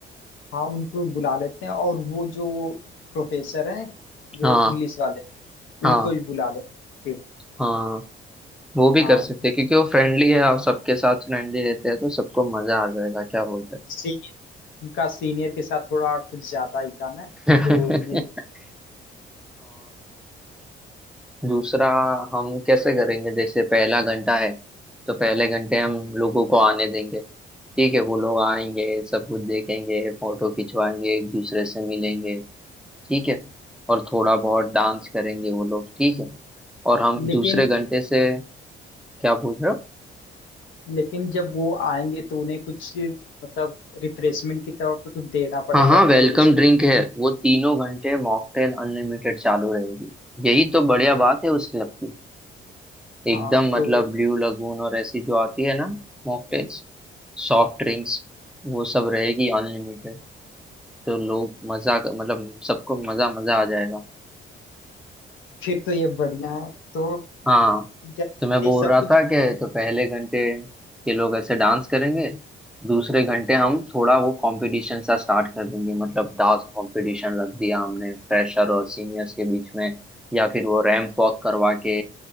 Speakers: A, on the left (about 80°); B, in the centre.
A: हाँ उनको बुला लेते हैं और वो जो प्रोफेसर हैं जो
B: हाँ
A: इंग्लिश वाले
B: हाँ
A: उनको भी बुला लें फिर
B: हाँ वो भी
A: हाँ
B: कर सकते हैं क्योंकि वो फ्रेंडली है और सबके साथ फ्रेंडली रहते हैं तो सबको मजा आ जाएगा क्या बोलते
A: सी, उनका सीनियर के साथ थोड़ा कुछ ज्यादा ही था ना
B: हैं
A: तो उन्हें
B: <laughs> दूसरा हम कैसे करेंगे जैसे पहला घंटा है तो पहले घंटे हम लोगों को आने देंगे ठीक है वो लोग आएंगे सब कुछ देखेंगे फोटो खिंचवाएंगे एक दूसरे से मिलेंगे ठीक है और थोड़ा बहुत डांस करेंगे वो लोग ठीक है और हम
A: लेकिन
B: दूसरे घंटे से क्या पूछ रहे हो
A: लेकिन जब वो आएंगे तो उन्हें कुछ मतलब रिफ्रेशमेंट की तरफ तो कुछ देना पड़ेगा
B: हाँ हाँ वेलकम
A: तो वो भी सब
B: ड्रिंक है वो तीनों घंटे मॉकटेल अनलिमिटेड चालू रहेगी यही तो बढ़िया
A: तो,
B: बात है उस क्लब की एकदम
A: हाँ
B: मतलब
A: तो
B: ब्लू लगून और ऐसी जो आती है ना मॉकटेल्स सॉफ्ट ड्रिंक्स वो सब रहेगी अनलिमिटेड तो लोग मजा मतलब सबको मजा मजा आ जाएगा
A: फिर तो ये बढ़िया है तो
B: हाँ
A: जल्दी
B: तो मैं बोल
A: सब
B: रहा
A: कुछ
B: था कि तो पहले घंटे के लोग ऐसे डांस करेंगे दूसरे घंटे हम थोड़ा वो कंपटीशन सा स्टार्ट कर देंगे मतलब डांस कंपटीशन रख दिया हमने फ्रेशर और सीनियर्स के बीच में या फिर वो रैंप वॉक करवा के